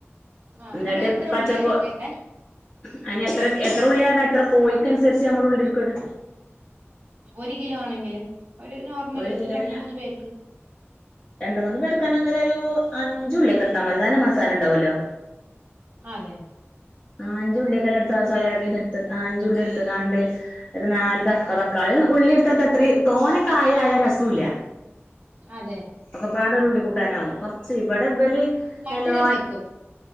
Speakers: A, on the right (about 55°); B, on the left (about 30°).
A: ആഹ്
B: അന്നിട്ട്
A: നമ്മൾ എത്ര
B: പച്ചക്ക്
A: ഉള്ളിയാ എടുക്കേണ്ടേ
B: അതിന് എത്ര എത്ര ഉള്ളിയാണ് എത്ര കോയ്ക്ക അനുസരിച്ച് നമ്മൾ ഉള്ളിരിക്കത്
A: ഒരു കിലോ ആണെങ്കില് ഒരു നോർമല്
B: ഒരു കിലോന്
A: രണ്ട മൂന്ന് പേർക്ക്
B: രണ്ട് മൂന്ന് പേർക്കണെങ്കില് ഒരു അഞ്ച് ഉള്ളിലൊക്കെ എടുത്താ മതി നല്ല മസാല ഉണ്ടാവുമല്ലോ
A: അതെ
B: ആഹ് അഞ്ചുള്ളി എടുത്തയാക്ക സൊയാബീന് എടുത്ത് അഞ്ചുള്ളി എടുത്ത്ക്കാണ്ട് ഒരു നാല് താ തക്കാളി ഉള്ളി എടുത്താത്ത അത്രയും തോന കായായ രസല്ല
A: അതെ
B: ഒക്കെ പാട ഒരുള്ളി കൂട്ടാനാവും കൊറച്ച് ഇവിടെ ഇല്
A: മധുരം
B: നല്ലോ
A: വെക്കും